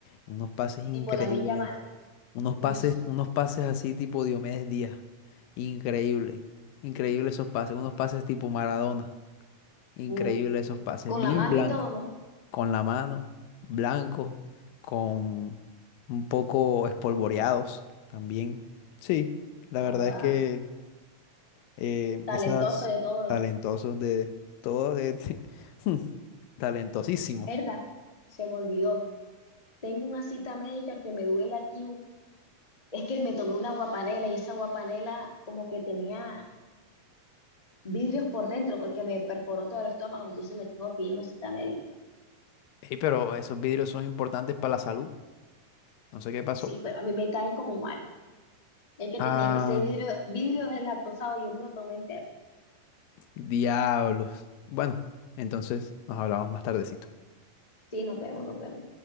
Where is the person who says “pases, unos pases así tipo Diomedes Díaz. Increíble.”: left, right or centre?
Left